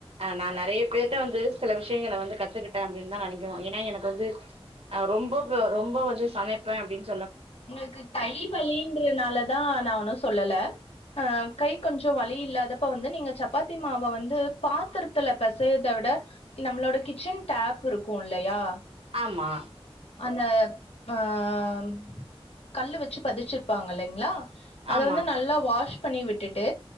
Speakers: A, on the right (about 70°); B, on the left (about 75°).
A: நா நெறைய பேர்ட்ட வந்து சில விஷயங்களை வந்து கத்துக்கிட் அஹ் அப்டின்னுதா நெனைக்கனு ஏன்னா எனக்கு வந்து அஹ் ரொம்ப ரொம்ப வந்து சமைப்பே அப்டின்
B: உங்ளுக்கு தை வலின்றுனாலதா நா ஒன்னு சொல்லல அ கை கொஞ்சோ வலி இல்லாதப்ப வந்து நீங்க சப்பாத்தி மாவ வந்து பாத்துரத்துல பெசயர்த விட நம்ளோட கிச்சன் டேப் இருக்கு இல்லயா
A: ஆமா
B: அந்த ம ம் லுவச்சு பதிச்சிருப்பாங்க இல்லைங்ளா அத
A: ஆமா
B: வந்து நல்லா வாஷ் பண்ணி விட்டுட்டு